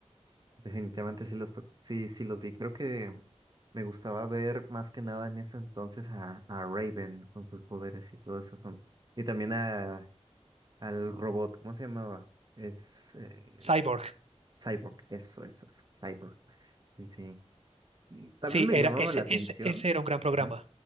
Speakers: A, on the right; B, on the right.
A: Definitivamente sí los tocó, sí, sí los vi. Creo que me gustaba ver más que nada en ese entonces a, a Raven con sus poderes y todo eso. asunto. Y también a, al robot, ¿cómo se llamaba? Es eh,
B: Cyborg.
A: Cyborg, eso, eso, eso, Cyborg. Sí, sí. mm, También
B: Sí,
A: me
B: era
A: llamaba
B: ese
A: la atención,
B: ese ese era un gran programa.
A: ajá,